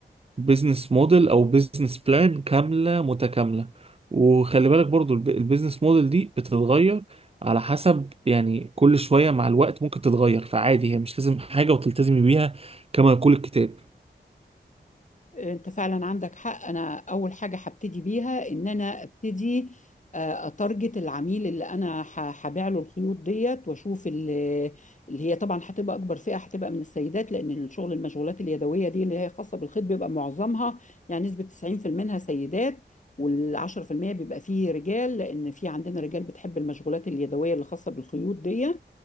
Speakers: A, on the right; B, on the left.
A: بيزنس موديل او بيزنس بلان كامله متكامله وخلي بالك برضو الب- البيزنس موديل دي بتتغير على حسب يعني كل شويه مع الوقت ممكن تتغير فعادي هي مش لازم حاجه وتلتزمي بيها كما يقول الكتاب
B: انت فعلا عندك حق انا اول حاجه هبتدي بيها ان انا ابتدي آه، اتارجت العميل اللي انا ه- هبيع له الخيوط ديت واشوف اللي, اللي هي طبعا هتبقى اكبر فئه هتبقى من السيدات لان الشغل المشغولات اليدويه دي اللي هي خاصه بالخيط بيبقى معظمها يعني نسبه 90% منها سيدات وال10% بيبقى فيه رجال لان في عندنا رجال بتحب المشغولات اليدويه اللي خاصه بالخيوط دي